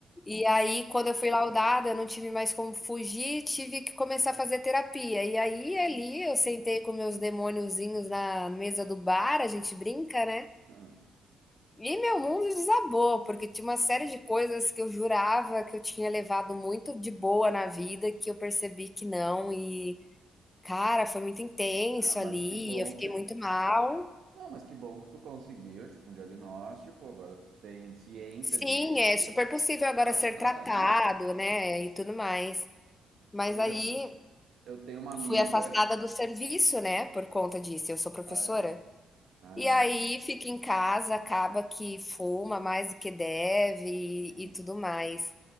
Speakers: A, on the left (about 20°); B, on the right (about 65°).
A: E aí, quando eu fui laudada, eu não tive mais como fugir, tive que começar a fazer terapia. E aí, ali,
B: Sim.
A: eu sentei com meus demôniozinhos na mesa do bar, a gente brinca, né?
B: <laughs>
A: E meu mundo desabou, porque tinha uma série de coisas que eu jurava que eu tinha levado muito de boa na vida, que eu percebi que não. E, cara, foi muito intenso
B: Ah, mas
A: ali,
B: que bom
A: eu fiquei
B: que.
A: muito mal.
B: Não, mas que bom que tu conseguiu, tipo, um diagnóstico, agora tu tem ciência
A: Sim,
B: disso
A: é
B: e
A: super possível agora
B: faz
A: ser
B: o tratamento.
A: tratado, né? E tudo mais. Mas
B: Por exemplo,
A: aí
B: eu tenho uma amiga.
A: Fui afastada do serviço, né, por conta disso, eu sou professora.
B: Ah, é? Ah,
A: E aí fica em casa, acaba que fuma mais do que deve e,
B: sim.
A: e tudo mais.